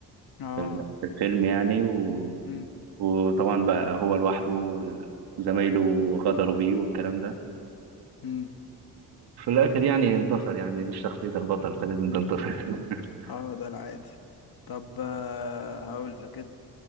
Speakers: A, on the left; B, on the right.
A: اه
B: في ال- في الفيلم يعني و...
A: امم
B: وطبعا بقى هو لوحده وال- وزمايله غدروا بيه والكلام ده
A: امم
B: في الآخر يعني انتصر يعني دي شخصية البطل فلازم تنتصر <laughs>
A: اه ده العادي طب آه، هقول لك